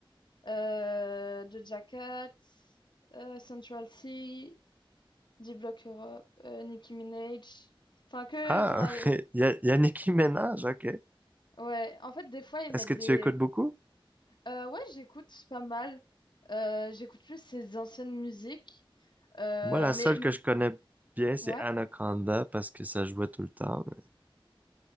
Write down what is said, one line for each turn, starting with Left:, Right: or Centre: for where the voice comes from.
Left: euh, Doja Cat, euh, Central C, D-Block Europe, euh, Nicki Minaj. Enfin, que.
Right: Ah,
Left: Enfin,
Right: <laughs>
Left: euh,
Right: il y a, il y a Nicki Minaj, ok.
Left: ouais. En fait, des fois, ils mettent
Right: Est-ce que
Left: des.
Right: tu écoutes beaucoup?
Left: Euh, ouais, j'écoute pas mal. Euh, j'écoute plus ses anciennes musiques. Euh,
Right: Moi, la
Left: mais,
Right: seule
Left: mais-
Right: que je connais bien, c'est
Left: Ouais.
Right: Anaconda, parce que ça jouait tout le temps, mais